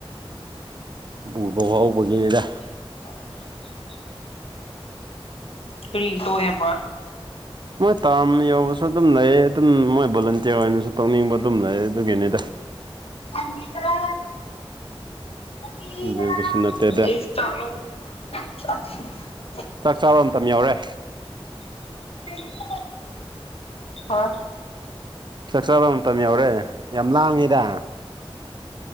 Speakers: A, on the right (about 50°); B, on the left (about 80°).
A: ꯎꯕ ꯍꯥꯎꯕꯒꯤꯅꯤꯗ
B: <inaudible> ꯀꯔꯤ ꯇꯣꯌꯦꯕ
A: ꯃꯣꯏ ꯇꯥꯔꯝ ꯌꯧꯔꯥꯁꯨ ꯑꯗꯨꯝ ꯂꯩ ꯑꯗꯨꯝ ꯃꯣꯏ ꯚꯣꯂꯟꯇꯤꯌꯔ ꯑꯣꯏꯅꯁꯨ ꯇꯧꯅꯤꯡꯕ ꯑꯗꯨꯝ ꯂꯩ ꯑꯗꯨꯒꯤꯅꯤꯗ
B: ꯑꯥ ꯃꯤꯇ꯭ꯔꯥ <unintelligible>
A: ꯑꯗꯨ ꯀꯩꯁꯨ ꯅꯠꯇꯦꯗ ꯆꯥꯛ ꯆꯥꯕ ꯃꯇꯝ ꯌꯥꯎꯔꯦ
B: <unintelligible> ꯍꯣꯏ
A: ꯆꯥꯛꯆꯥꯥꯕ ꯃꯇꯝ ꯌꯧꯔꯦ ꯌꯥꯝ ꯂꯥꯡꯉꯤꯗ